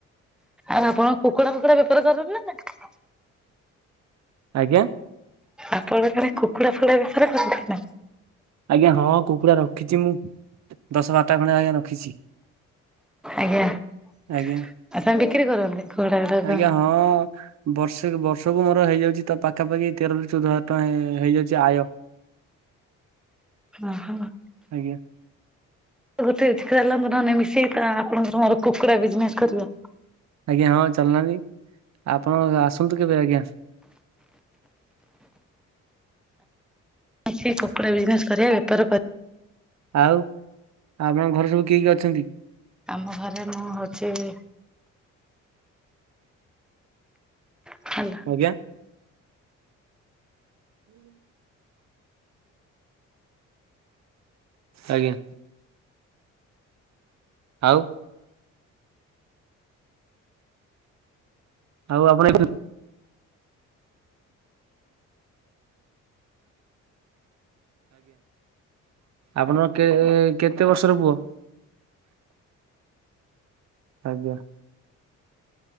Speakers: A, in the centre; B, on the right.
A: ଆଉ ଆପଣ କୁକୁଡା ଫୁକୁଡା ବେପାର କରିନ୍ତି ନା ନାହିଁ?
B: ଆଜ୍ଞା
A: ଆପଣ ଆଡେ କୁକୁଡା ଫୁକୁଡା ବେପାର କରନ୍ତି ନା?
B: ଆଜ୍ଞା ହଁ କୁକୁଡ଼ା ରଖିଚି ମୁଁ ଦଶ ବାରଟା ଖଣ୍ଡେ ଆଜ୍ଞା ରଖିଚି।
A: ଆଜ୍ଞା ଆଉ
B: ଆଜ୍ଞା
A: ତମେ ବିକ୍ରି କରନ୍ତି। ଘୋଡ଼ା ଗୁଡାକ
B: ଆଜ୍ଞା ହଁ ବର୍ଷେକୁ ବର୍ଷକୁ ମୋର୍ ହେଇଯାଉଚି ତ ପାଖାପାଖି ତେରରୁ ଚଉଦ ହଜାର ଟଙ୍କା ହେଇଯାଉଚି ଆୟ।
A: ଓହୋ।
B: ଆଜ୍ଞା।
A: ଗୋଟେ ଏକ୍ତଳାନ ନହେଲେ ମିସେଇକି ଆପଣଙ୍କର ମୋର କୁକୁଡ଼ା ବିଜ୍ନେସ୍ କରିବା।
B: ଆଜ୍ଞା ହଁ ଚାଲୁନାହାନ୍ତି ଆପଣ ଆସନ୍ତୁ କେବେ ଆଜ୍ଞା।
A: ଆ ସେ କୁକୁଡ଼ା ବିଜନେସ କରିବା ବେପାର କରି
B: ଆଉ ଆପଣଙ୍କ ଘର ସବୁ କିଏ କିଏ ଅଛନ୍ତି?
A: ଆମ ଘରେ ମୁଁ ହଉଛି ହାଲୋ।
B: ଆଜ୍ଞା। <inaudible> ଆଜ୍ଞା। ଆଉ। ଆଉ ଆପଣ ଆଜ୍ଞା। ଆପଣଙ୍କର କେ କେତେ ବର୍ଷର ପୁଅ? ଆଜ୍ଞା।